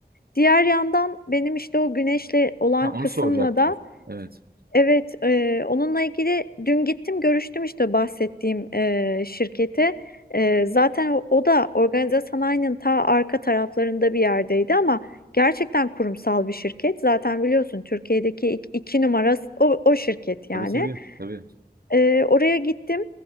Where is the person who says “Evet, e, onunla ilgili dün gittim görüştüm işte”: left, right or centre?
Left